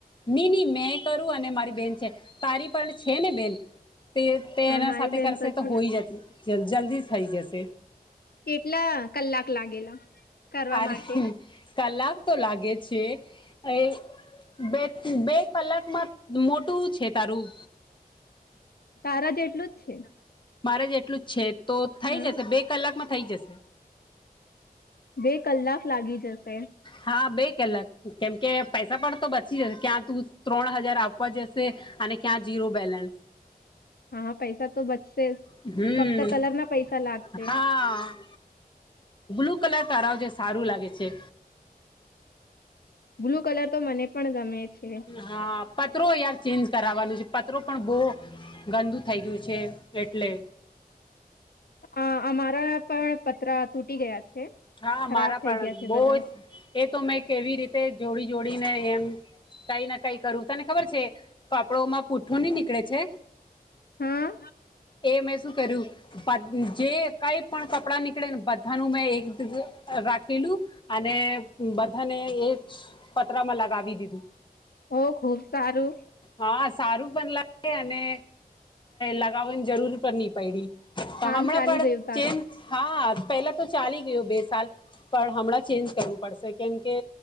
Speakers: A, on the left; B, on the left.
A: ની ની, મેં કરું અને મારી બેન છે. તારી પણ છે ને બેન? તે તે,
B: હા
A: એના
B: મારી
A: સાથે
B: બેન
A: કરશે, તો
B: છે
A: હોય જસે. જલ્ જલ્દી થઈ જશે.
B: કેટલા કલાક લાગેલા? કરવા
A: અરે,
B: માટે
A: કલાક તો લાગે છે. અ બે બે કલાકમાં મોટું છે તારું
B: તારા જેટલું જ છે
A: મારે જે એટલું જ છે તો થઈ
B: હા
A: જશે બે કલાકમાં થઈ જશે
B: બે કલાક લાગી જશે
A: હા બે કલાક કેમકે પૈસા પણ તો બચી જશે ક્યાં તું ત્રણ હજાર આપવા જશે અને ક્યાં જઝીરો બેલેન્સ
B: હા પૈસા તો બચશે
A: હમ
B: ફક્ત કલર ના પૈસા લાગશે
A: હા બ્લુ કલર તાવજ સારું લાગે છે
B: બ્લુ કલર તો મને પણ ગમે છે
A: હા પત્રરો યાર ચેન્જ કરાવાનું છે પત્રો પણ બહુ ગંદુ થઈ ગયું છે એટલે
B: અ અમારા પણ પતરા તૂટી ગયા છે
A: હા
B: ખરાબ
A: મારા
B: થઈ
A: પણ
B: ગયા છે
A: બહ
B: બધા.
A: જ એ તો મેં કેવી રીતે જોડી જોડીને એમ કઈ ના કઈ કરું તને ખબર છે કપડોમાં પૂઠ્ઠો નહી નીકળે છે
B: હા
A: એમ એસ શું કર્યું જે કઈ પણ કપડાં નીકળે ને બધાનું મેં એક રાખેલું અને બધાને એક પતરામાં લગાવી દીધું
B: ઓ ખુબ સારું
A: હા સારું પણ લાગે અને લગાવવાની જરૂર પણ ન પડી તો
B: કામ
A: હરા
B: ચાલી
A: પર
B: ગયું તારું
A: ચેન્જ હા પહેલા તો ચાલી બે સાલ પણ હમણાં ચેન્જ કરવું પડશે કેમ કે